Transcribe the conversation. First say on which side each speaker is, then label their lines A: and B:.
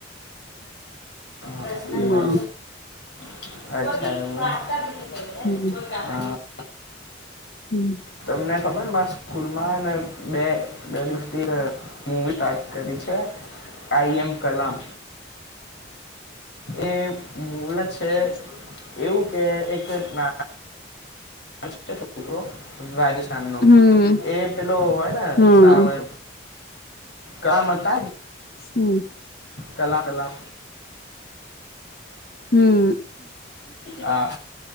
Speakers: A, on the left; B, on the left.
A: હા એવું
B: બોલ
A: અચ્છા એવું હે
B: હમ
A: <inaudible>
B: હમ્મ.
A: તમને ખબર માર સ્કૂલમાં હેને બે બે દિવસ તીર મુવી તાત કરી છે. આઈ એમ કલામ એ મૂલ છે, એવું કે એક જ ના <unintelligible> રાજસ્થાનના
B: હમ
A: એ પેલો હોયને
B: હા
A: શું આવે કામ હતા.
B: શું?
A: કલા કલા
B: હમ
A: હા,